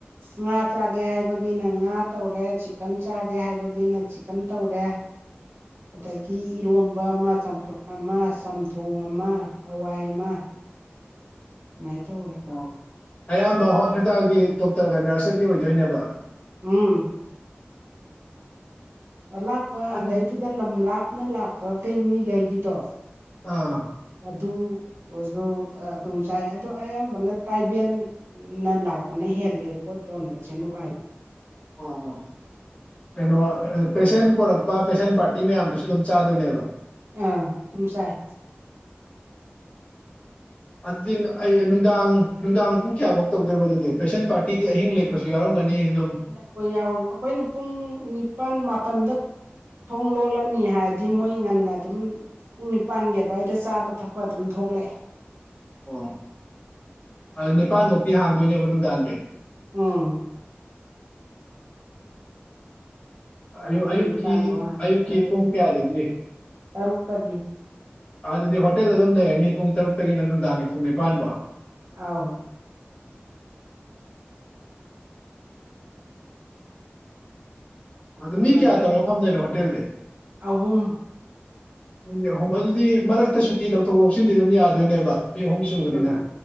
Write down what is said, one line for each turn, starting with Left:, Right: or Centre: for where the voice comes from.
Right: ꯉꯥ ꯆꯥꯒꯦ ꯍꯥꯏꯕꯒꯤꯅ ꯉꯥ ꯇꯧꯔꯦ ꯆꯤꯛꯀꯟ ꯆꯥꯒꯦ ꯍꯥꯏꯕꯒꯤꯅ ꯆꯤꯛꯀꯟ ꯇꯧꯔꯦ <inaudible> ꯑꯗꯒꯤ ꯏꯔꯣꯝꯕ ꯑꯃꯥ ꯆꯝꯐꯨꯠ ꯑꯃꯥ ꯆꯝꯊꯣꯡ ꯑꯃꯥ ꯍꯋꯥꯏ ꯑꯃꯥ ꯃꯥꯏ ꯇꯧꯋꯦ
Left: ꯑꯣ ꯑꯌꯥꯝꯕ ꯍꯣꯁꯄꯤꯇꯥꯜꯒꯤ ꯗꯣꯛꯇꯔꯒ ꯅꯔꯁꯀꯒꯤ ꯑꯣꯏꯗꯣꯏꯅꯦꯕ
Right: ꯎꯝ ꯑꯂꯥꯞꯄ
Left: ꯑꯗꯨ
Right: ꯑꯗꯩꯗꯨꯗ ꯂꯝ ꯂꯥꯞꯅ ꯂꯥꯛꯄ ꯀꯩ ꯃꯤꯒꯩꯒꯤꯗꯣ
Left: ꯑꯥ
Right: ꯑꯗꯨ ꯑꯣꯏꯖꯨ ꯇꯥ ꯑꯗꯨꯝ ꯆꯥꯏ ꯑꯗꯣ ꯑꯌꯥꯝꯕꯅ ꯇꯥꯏꯕꯦꯟ ꯅꯥ ꯂꯥꯛꯄꯅ ꯍꯦꯜꯂꯦ ꯄꯣꯠ ꯌꯣꯟꯕꯆꯦ ꯅꯨꯡꯉꯥꯏꯕ
Left: ꯑꯣ ꯑꯣ ꯀꯩꯅꯣ ꯄꯦꯁꯦꯟ ꯄꯣꯔꯛꯄ ꯄꯦꯁꯦꯟ ꯄꯥꯔꯇꯤ ꯃꯌꯥꯝꯗꯨꯁꯨ ꯑꯗꯨꯝ ꯆꯥꯗꯣꯏꯅꯦꯕ꯫
Right: ꯑꯥ ꯇꯨꯝꯆꯥꯏ꯫
Left: ꯑꯗꯨꯗꯤ ꯑꯩ ꯅꯨꯡꯗꯥꯡ ꯅꯨꯡꯗꯥꯡ ꯄꯨꯡ ꯀꯌꯥꯐꯧ ꯇꯧꯗꯣꯏꯕ ꯑꯗꯨꯗꯤ ꯄꯦꯁꯦꯟ ꯄꯥꯔꯇꯤꯗꯤ ꯑꯍꯤꯡ ꯂꯦꯛꯄꯁꯨ ꯌꯥꯎꯔꯝꯒꯅꯤ ꯑꯗꯨꯝ꯫
Right: ꯌꯥꯎꯋꯦ ꯌꯥꯎꯋꯦ ꯑꯩꯈꯣꯏꯅ ꯄꯨꯡ ꯅꯤꯄꯥꯜ ꯃꯥꯄꯜꯗ ꯊꯣꯡ ꯂꯣꯜꯂꯅꯤ ꯍꯥꯏꯔꯗꯤ ꯃꯣꯏ ꯉꯟꯅ ꯑꯗꯨꯝ, ꯄꯨꯡ ꯅꯤꯄꯥꯟꯒꯤ ꯑꯗꯨꯋꯥꯏꯗ ꯆꯥꯕ ꯊꯛꯄ ꯑꯗꯨꯝ ꯊꯣꯛꯂꯛꯑꯦ꯫
Left: ꯑꯣ ꯑꯗꯨ ꯅꯤꯄꯥꯟꯃꯨꯛꯇꯤ ꯍꯥꯡꯗꯣꯏꯅꯦꯕ ꯅꯨꯡꯗꯥꯡꯒꯤ꯫
Right: ꯎꯝ ꯁꯨꯃꯥꯏꯅ
Left: ꯑꯌꯨꯛ ꯑꯌꯨꯛꯀꯤ
Right: ꯅꯤꯄꯥꯟ ꯐꯥꯎ ꯍꯥꯡꯗꯣꯏꯅꯤ
Left: ꯑꯌꯨꯛꯀꯤ ꯄꯨꯡ ꯀꯌꯥꯗꯒꯤ
Right: ꯇꯔꯨꯛꯇꯒꯤ꯫
Left: ꯑꯗꯨꯗꯤ ꯍꯣꯇꯦꯜ ꯑꯗꯨꯝ ꯂꯩꯔꯅꯤ ꯄꯨꯡ ꯇꯔꯨꯛꯇꯒꯤꯅ ꯅꯨꯡꯗꯥꯡꯒꯤ ꯄꯨꯡ ꯅꯤꯄꯥꯟꯕꯧ?
Right: ꯑꯥꯎ ꯑꯗꯨꯅ
Left: ꯑꯗꯨ ꯃꯤ ꯀꯌꯥ ꯇꯧ ꯐꯝꯗꯣꯏꯅꯣ ꯍꯣꯇꯦꯜꯗꯤ?
Right: ꯑꯍꯨꯝ꯫
Left: ꯃꯤ ꯑꯍꯨꯝ ꯑꯗꯨꯗꯤ ꯃꯔꯛꯇ ꯁꯨꯇꯤ ꯂꯧꯊꯣꯛ ꯂꯧꯁꯤꯟꯗꯤ ꯑꯗꯨꯝ ꯌꯥꯗꯣꯏꯅꯦꯕ ꯃꯤ ꯑꯍꯨꯝ ꯁꯨꯕꯅꯤꯅ
Right: ꯎꯝ